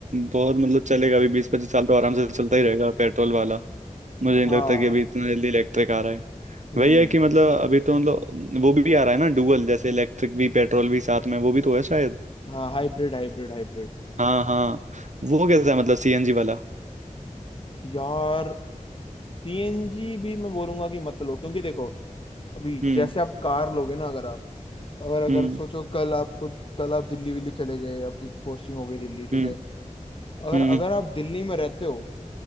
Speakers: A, on the right; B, on the left.
A: बहुत मतलब चलेगा अभी बीस पच्चीस साल तो आराम से चलता ही रहेगा पेट्रोल वाला मुझे नहीं
B: हाँ
A: लगता कि अभी इतना जल्दी इलेक्ट्रिक आ रहा है
B: हम्म
A: वही है कि मतलब अभी तो मतलब वो भी आ रहा है ना डुअल जैसे इलेक्ट्रिक भी पेट्रोल भी साथ में वो भी तो है शायद
B: हाँ हाइब्रिड हाइब्रिड हाइब्रिड
A: हाँ हाँ वो कैसा है मतलब सीएनजी वाला
B: यार सीएनजी भी मैं बोलूंगा कि मत लो क्योंकि देखो अभी
A: हम्म
B: जैसे आप कार लोगे ना अगर आप अगर अगर
A: हम्म
B: सोचो कल आपको कल आप दिल्ली विल्ली चले गए आपकी पोस्टिंग हो गई दिल्ली ठीक
A: हम्म
B: है अगर
A: हम्म
B: अगर आप दिल्ली में रहते हो